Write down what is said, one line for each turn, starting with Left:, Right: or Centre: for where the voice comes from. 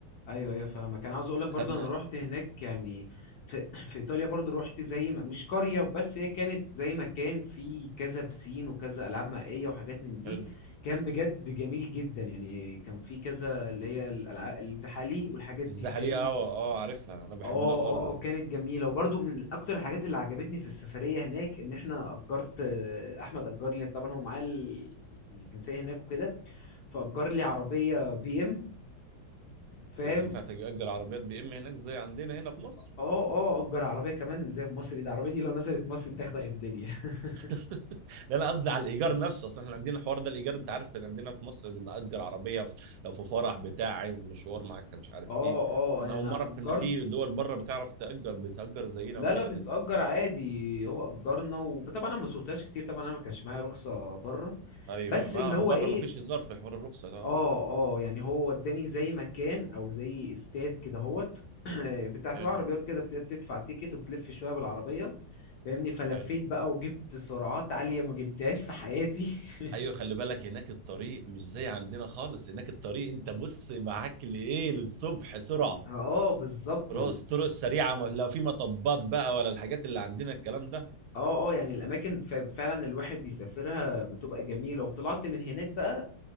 Left: ايوه ايوه فاهمك كان عاوز اقول لك برضه
Right: خدنا
Left: انا رحت هناك يعني في, <clears throat> في ايطاليا برضه رحت زي ما مش قريه بس هي كانت زي ما كان في كذا بسين وكذا العاب مائيه وحاجات من دي
Right: حلو
Left: كان بجد جميل جدا يعني كان في كذا اللي هي الالعاب الزحاليق والحاجات دي
Right: الزحلية
Left: فاهم
Right: اه اه عارفها انا بحبها
Left: اه
Right: خالص
Left: اه كانت جميله وبرضه من اكتر الحاجات اللي عجبتني في السفريه هناك ان احنا اجرت احمد اجر لي طبعا هو معاه ال- الجنسيه هناك وكده فاجر لي عربيه بي ام فاهم
Right: انت ينفع تأجر عربيات بي ام هناك زي عندنا هنا في مصر
Left: اه اه اجر عربيه كمان زي في مصر دي العربيه دي لو نزلت مصر تدغدغ الدنيا <laughs>
Right: <laughs> لا لا قصدي على الايجار نفسه اصل احنا عندنا الحوار ده الايجار انت عارف ان عندنا في مصر بنأجر عربيه في- لو في فرح بتاع عايز مشوار معاك مش عارف
Left: اه
Right: ايه
Left: اه
Right: انا
Left: يعني
Right: اول
Left: انا
Right: مره
Left: اجرت
Right: اعرف ان في دول بره بتعرف تأجر بتأجر زينا
Left: لا
Right: وكده
Left: لا بتتأجر
Right: ال-
Left: عادي هو اجرنا وطبعا انا ما سوقتهاش كتير طبعا انا ما كانش معايا رخصة بره
Right: ايوه
Left: بس
Right: ما
Left: اللي هو
Right: بره
Left: ايه
Right: ما فيش هزار في حوار الرخصه ده اه
Left: اه اه يعني هو وداني زي مكان او زي استاد كده هوت <clears throat> بتاع سبع
Right: حلو
Left: عربيات كده بت- بتدفع تيكت وبتلف شوية بالعربية فاهمني فلفيت
Right: حلو
Left: بقى وجبت سرعات عالية ما جبتهاش في حياتي <laughs>
Right: ايوه خلي بالك هناك الطريق مش زي عندنا خالص هناك الطريق انت بص معاك لايه للصبح سرعه
Left: اه بالظبط
Right: طرق الطرق السريعه ما- لا في مطبات بقى ولا الحاجات اللي عندنا الكلام ده
Left: اه اه يعني الاماكن ف- فعلا الواحد بيسافرها بتبقى جميله وطلعت من هناك بقى